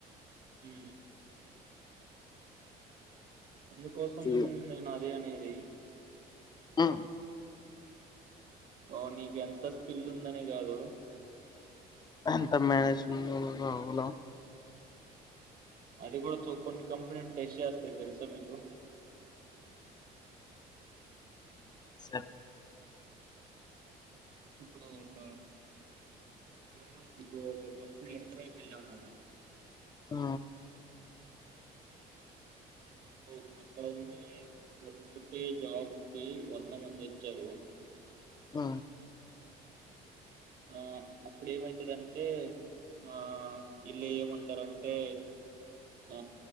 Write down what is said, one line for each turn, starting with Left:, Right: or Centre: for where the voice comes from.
Right: ఉమ్ అందుకోసం
Left: చూ-
Right: నేను అదే అని ఏ
Left: ఆ
Right: ఓ నీకి ఎంత స్కిల్ ఉందనే కాదు
Left: అంత మేనేజ్మె <inaudible> రావాల
Right: అది కూడా స్ కొన్ని కంపెనీలు టెస్ట్ చేస్తాయి తెలుసా మీకు
Left: స
Right: ఇప్పుడు ఒక యూనివర్సిటీ ఇప్పుడు ఒక కంపెనీ ఇంటర్వ్యూ కి వెళ్ళానావ్ నువ్వు
Left: ఆ
Right: ఇప్పుడు అక్కడ ఉంది ఒకటే జాబ్ కి వంద మంది వచ్చారు
Left: ఆ
Right: ఆ అప్పుడు ఏమైతదింటే ఆ ఈళ్ళు ఏమంటారంటే ఆ